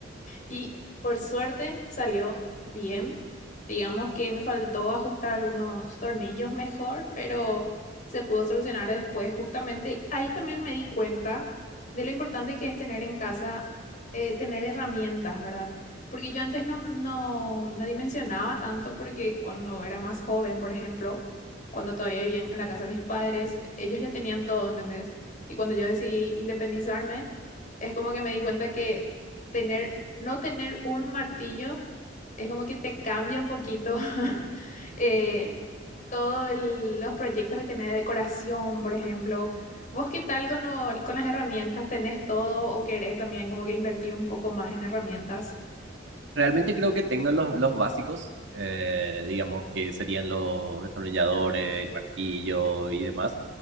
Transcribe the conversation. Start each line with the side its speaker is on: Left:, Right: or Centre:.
Left: Y por suerte salió bien. Digamos que me faltó ajustar algunos tornillos mejor, pero se pudo solucionar después. Justamente ahí también me di cuenta de lo importante que es tener en casa, eh, tener herramientas, ¿verdad? Porque yo antes no, no, no dimensionaba tanto porque cuando era más joven, por ejemplo, cuando todavía vivía en la casa de mis padres, ellos ya tenían todo, ¿entendés? Y cuando yo decidí independizarme, es como que me di cuenta que tener no tener un martillo es como que te cambia un poquito <laughs> eh, todos los proyectos que tenés de decoración, por ejemplo. ¿Vos qué tal con, lo- con las herramientas? ¿Tenés todo o querés también como que invertir un poco más en herramientas?
Right: Realmente creo que tengo los, los básicos, eh, digamos que serían los destornilladores, el martillo y demás,